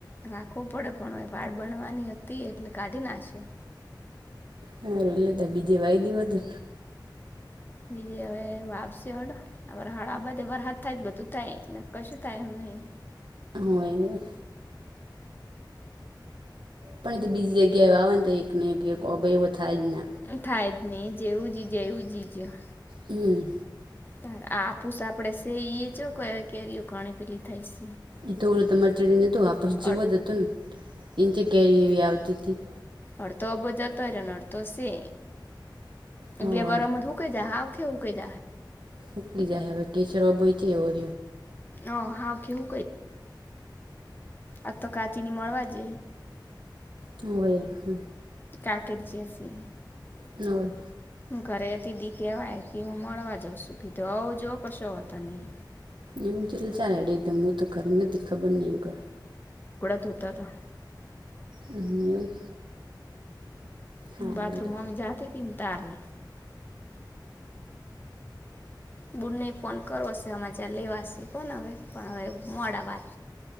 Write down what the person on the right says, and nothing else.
સાર એટલે તો બીજે વાય દીવા હત ને
હોય પણ બીજી જગ્યા, એ આવે ને તો એક ને એક એવો થાય જના
હમ
એતો ઓલે તમારે ચડીને હતુ આપસ જેવો
જ હતુ, ને ચ કેરી એવી આવતી, હતી.
હવ
ઉકી જાય હવે કે રોબ છે. ઓ
હોવે હ
નહીં
એવું ચ ચાડેમ હું તો ખરે નથી ખબર નહી કો
હમ એવું સારું
હવે